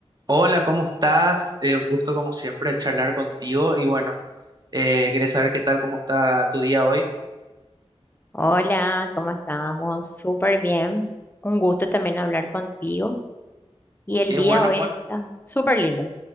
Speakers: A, on the right; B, on the left.
A: Hola, ¿cómo estás? Eh, un gusto como siempre charlar contigo y bueno, eh, quería saber qué tal, cómo está tu día hoy.
B: Hola, ¿cómo estamos? Súper bien. Un gusto también hablar contigo. Y el
A: Qué
B: día
A: bueno,
B: hoy
A: bueno,
B: está súper lindo.